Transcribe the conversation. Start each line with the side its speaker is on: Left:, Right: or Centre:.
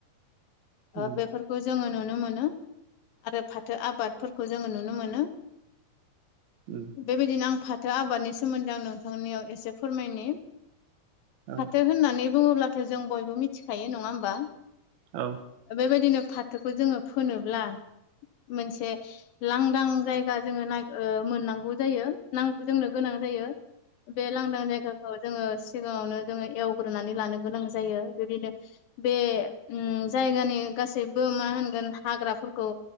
Right: उम
Left: बेफोरखौ जोङो नुनो मोनो आरो फाथो आबादफोरखौ जोङो नुनो मोनो।
Right: उम
Left: बेबायदिनो आं फाथो आबादनि सोमोन्दै आं नोंथांनियाव एसे फोरमायनि
Right: औ
Left: फाथो होननानै बुङोब्लाथ' जों बयबो मिथिखायो नङा होमबा?
Right: औ
Left: बेबायदिनो फाथोखौ जोङो फोनोब्ला मोनसे लांदां जायगा जोङो नायख ओ मोननांगौ जायो नां-जोंनो गोनां जायो बे लांदां जायगाखौ औ जोङो सिगाङावनो जोङो एवग्रोनानै लानो गोनां जायो बेबायदि बे उ जायगानि गासैबो मा होनगोन हाग्राफोरखौ